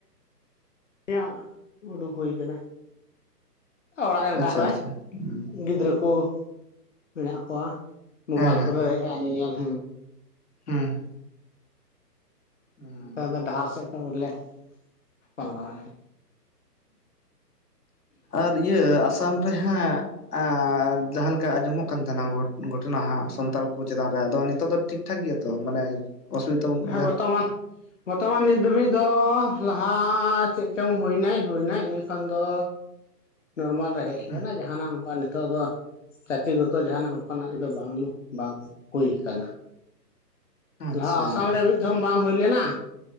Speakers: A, on the left; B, on the left.
A: ᱮᱭᱟ ᱩᱰᱩᱠ ᱦᱩᱭ ᱟᱠᱟᱱᱟ᱾ ᱚᱲᱟᱜ ᱨᱮ ᱚᱝᱠᱟ
B: ᱟᱪᱪᱷᱟ
A: ᱦᱚᱨᱚᱭ
B: ᱟᱪᱪᱷᱟ ᱦᱮᱸ
A: ᱜᱤᱫᱽᱨᱟᱹ ᱠᱚ ᱢᱮᱱᱟᱜ ᱠᱚᱣᱟ ᱢᱳᱵᱟᱭᱤᱞ
B: ᱦᱮᱸ
A: ᱠᱚᱫᱚ ᱦᱟᱜ ᱧᱮᱞ ᱟ. ᱧ
B: ᱦᱩᱸ ᱩᱸ
A: ᱟᱫᱚ ᱰᱟᱦᱟᱨ ᱥᱮᱫ ᱠᱷᱚᱱ ᱵᱚᱞᱮ ᱯᱟᱞᱟᱣᱟ
B: ᱟᱨ ᱤᱭᱟᱹ ᱟᱥᱟᱢ ᱨᱮ ᱦᱟᱸᱜ ᱟ ᱡᱟᱦᱟᱸ ᱞᱮᱠᱟ ᱟᱸᱡᱚᱢᱚᱜ ᱠᱟᱱ ᱛᱟᱦᱮᱱᱟ ᱜᱷᱚᱴᱚᱱᱟ ᱦᱚᱸ ᱥᱟᱱᱛᱟᱲ ᱠᱚ ᱪᱮᱛᱟᱱ ᱨᱮ ᱟᱫᱚ ᱱᱤᱛᱚᱜ ᱫᱚ ᱴᱷᱤᱠ ᱴᱷᱟᱠ ᱜᱮᱭᱟ ᱛᱚ ᱢᱟᱱᱮ ᱚᱥᱩᱵᱤᱫᱟ ᱵᱟᱹᱱᱩᱜᱼᱟ
A: ᱦᱮᱸ
B: ᱡᱟᱦᱟᱱᱟᱜ
A: ᱵᱟᱛᱟᱣᱟᱭ ᱵᱚᱨᱛᱚᱢᱟᱱ ᱱᱤᱛ ᱫᱷᱟᱹᱵᱤᱡ ᱫᱚ ᱞᱟᱦᱟ ᱪᱮᱫ ᱪᱚᱝ ᱦᱩᱭᱱᱟᱭ ᱦᱩᱭᱱᱟᱭ ᱤᱱᱟᱹ ᱠᱷᱟᱱ ᱫᱚ ᱱᱚᱨᱢᱟᱞ ᱨᱮ ᱦᱮᱡ
B: ᱦᱮᱸ
A: ᱠᱟᱱᱟ ᱡᱟᱦᱟᱱᱟᱜ ᱚᱱᱠᱟ ᱱᱤᱛᱚᱜ ᱫᱚ ᱡᱟᱛᱤ ᱜᱚᱛᱚ ᱡᱟᱦᱟᱱᱟᱜ ᱚᱱᱠᱟᱱᱟᱜ ᱫᱚ ᱵᱟᱝ ᱵᱟᱝ ᱦᱩᱭ ᱠᱟᱱᱟ
B: ᱟᱪᱪᱷᱟ
A: ᱞᱟᱦᱟ ᱟᱥᱟᱢ ᱨᱮ ᱢᱤᱫ ᱫᱷᱚᱢ ᱵᱟᱝ ᱦᱩᱭ ᱞᱮᱱᱟ